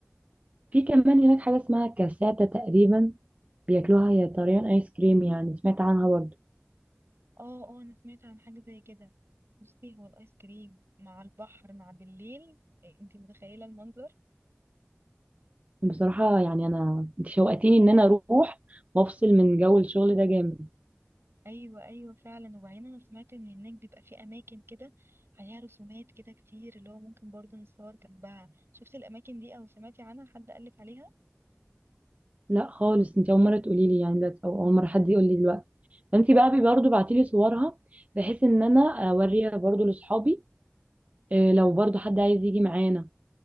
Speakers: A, on the right; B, on the right.
A: في كمان هناك حاجة اسمها كاساتا تقريبا بياكلوها هي طريان ايس كريم يعني سمعت عنها برضو
B: اه اه انا سمعت عن حاجة زي كده بصي هو الايس كريم مع البحر مع بالليل إيه، انتي متخيلة المنظر
A: بصراحة يعني انا انت شوقتيني ان انا اروح وافصل من جو الشغل ده جامد
B: ايوه ايوه فعلا وبعدين انا سمعت ان هناك بيبقى في اماكن كده عليها رسومات كده كتير اللي هو ممكن برضه نتصور جنبها شفتي الاماكن دي او سمعتي عنها حد قالك عليها
A: لا خالص انت اول مرة تقولي لي يعني ده او اول مرة حد يقول لي دلوقتي فانت بقى بي- برضه بعتيلي صورها بحيث ان انا اوريها برضه لاصحابي آه، لو برضه حد عايز يجي معانا